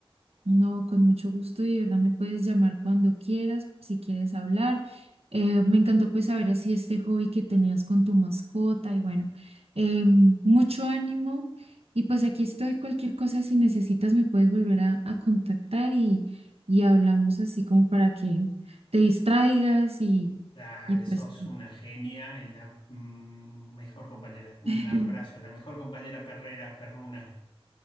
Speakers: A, on the right (about 85°); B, on the left (about 60°).
A: No, con mucho gusto y de verdad me puedes llamar cuando quieras, si quieres hablar. Eh, me encantó pues saber así este hobby que tenías con tu mascota y bueno, em, mucho ánimo y pues aquí estoy, cualquier cosa si necesitas me puedes volver a, a contactar y, y hablamos así como para que te distraigas y,
B: Dale,
A: y pues
B: sos una genia y la mm, mejor compañera. Un
A: <laughs>
B: abrazo, la mejor compañera perrera, perruna.